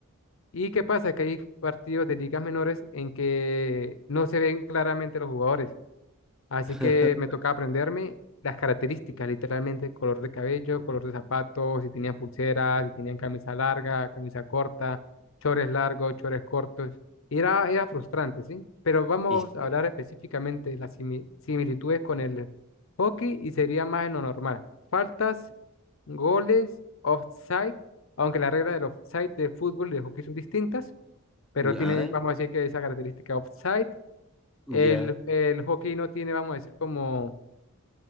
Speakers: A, on the left (about 65°); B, in the centre.
A: ¿Y qué pasa? Que hay partidos de ligas menores en que no se ven claramente los jugadores. Así
B: <laughs>
A: que me tocaba aprenderme las características, literalmente, color de cabello, color de zapatos, si tenían pulseras, si tenían camisa larga, camisa corta, chores largos, chores cortos. Y Era, era frustrante, ¿sí? Pero vamos
B: Y-
A: a hablar específicamente de las simi- similitudes con el hockey y sería más en lo normal. Faltas, goles, offside, aunque la regla del offside del fútbol y del hockey son distintas, pero tiene,
B: ah,
A: vamos a decir que esa característica offside
B: ya.
A: el, el hockey no tiene, vamos a decir, como,